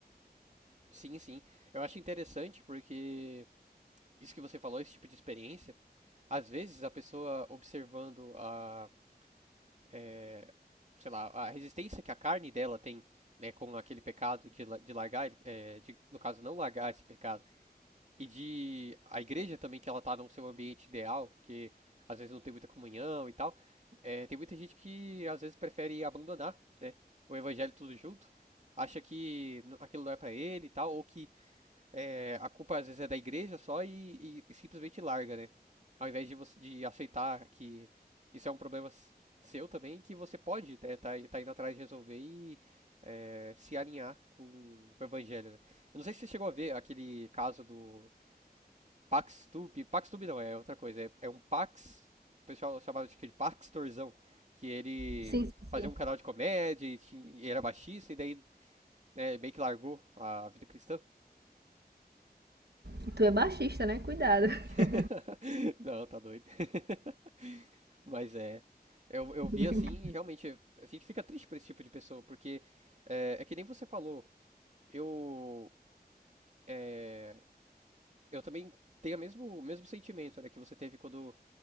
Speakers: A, on the right (about 45°); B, on the right (about 80°).
A: Sim, sim. Eu acho interessante porque isso que você falou, esse tipo de experiência, às vezes a pessoa observando a, é, sei lá, a resistência que a carne dela tem, né, com aquele pecado de, la- de largar, é, de, no caso, não largar esse pecado E de a igreja também, que ela tá num seu ambiente ideal, porque às vezes não tem muita comunhão e tal. É, tem muita gente que às vezes prefere abandonar, né, o evangelho tudo junto, acha que n- aquilo não é pra ele e tal, ou que é, a culpa às vezes é da igreja só e, e- e simplesmente larga, né? Ao invés de você de aceitar que isso é um problema s- seu também, que você pode, né, tá, tá indo atrás de resolver e é, se alinhar com, com o evangelho, né? Eu não sei se você chegou a ver aquele caso do PaxTube. PaxTube não, é outra coisa. É, é um Pax. O pessoal chamava de, de Paxtorzão. Que ele
B: Sim, sim,
A: fazia
B: sim.
A: um canal de comédia e, tinha- e era baixista, e daí né, meio que largou a vida cristã.
B: E tu é baixista, né? Cuidado.
A: <laughs>
B: <laughs>
A: Não, tá doido. <laughs> Mas é. Eu, eu
B: Brincadeira.
A: vi assim e realmente a gente fica triste por esse tipo de pessoa, porque é, é que nem você falou. Eu. é, eu também tenho o mesmo, o mesmo sentimento, né, que você teve quando